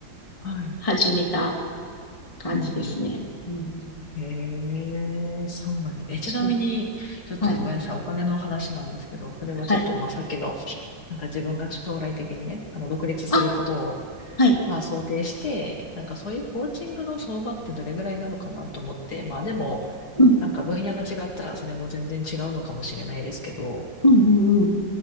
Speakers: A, on the left; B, on the left.
A: はい。
B: 始めた感じですね。
A: うんう
B: うん、
A: ん。へえ、そうなんです。え、ちなみに、
B: そう。
A: ちょっとごめんなさい。
B: はい。
A: お金の話なんですけど、それはちょっと、
B: はい。
A: まあ、さっきの、なんか自分が将来的にね、あの、独立することを
B: あ、はい。
A: まあ想定して、なんかそういうコーチングの相場ってどれぐらいなのかなと思って、まあでも、
B: うん、
A: なんか分野が違ったらそれも全然違うのかもしれないですけど、
B: うん、うん、うん。